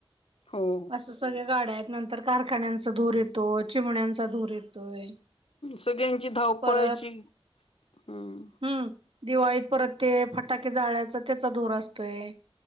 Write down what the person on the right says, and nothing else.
असं सगळ गाड्या आहेत नंतर कारखान्यांचा धूर येतोय चिमण्यांचा धूर येतोय.
परत
हम्म दिवाळीत परत ते फटाके जाळचा त्याचा धोर असतोय.